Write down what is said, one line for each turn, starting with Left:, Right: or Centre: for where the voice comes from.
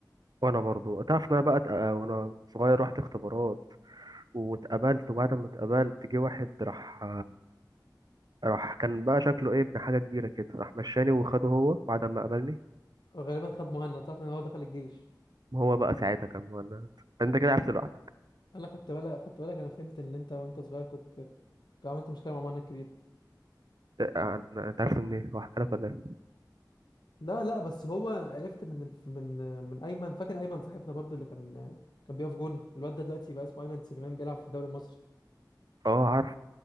Right: وانا برضو تعرف ان انا بقى اتق- وانا صغير رحت اختبارات واتقابلت وبعد ما اتقابلت جه واحد راح راح كان بقى شكله ايه ابن حاجة كبيرة كده راح مشاني وخده هو بعد ما قابلني
Left: غالبا خد مهند صح عشان هو دخل الجيش
Right: هو بقى ساعتها كان مولد انت كده عرفت لوحدك
Left: أنا خدت بالك خدت بالك أنا فهمت إن أنت وأنت صغير كنت عملت مشكلة مع مهند كبيرة
Right: إيه، أنا- انت عرفت منين هو حكى لك ولا ايه
Left: لا لا بس هو عرفت من الف... من من ايمن فاكر ايمن صاحبنا برضو اللي كان كان بيقف جون الواد ده دلوقتي بقى اسمه ايمن سليمان بيلعب في الدوري المصري
Right: اه عارف